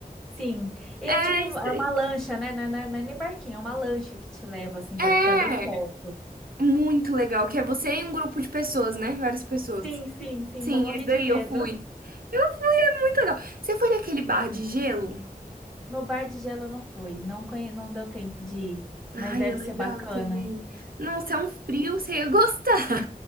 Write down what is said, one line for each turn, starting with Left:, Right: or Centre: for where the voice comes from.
Centre: Sim, e
Right: É,
Centre: é tipo, é
Right: isso aí.
Centre: uma lancha, né? Não é, não é- não é nem barquinho, é uma lancha que te leva assim
Right: é
Centre: pra pra bem perto.
Right: muito legal, que é você e um grupo de pessoas, né? Várias pessoas.
Centre: Sim, sim, sim,
Right: Sim,
Centre: morri
Right: esse daí
Centre: de medo.
Right: eu fui. Eu fui, é muito legal. Você foi naquele bar de gelo?
Centre: No bar de gelo eu não fui, não conhe... não deu tempo de ir,
Right: Ai,
Centre: mas deve
Right: é legal
Centre: ser bacana.
Right: também. Nossa, é um frio, você ia gostar.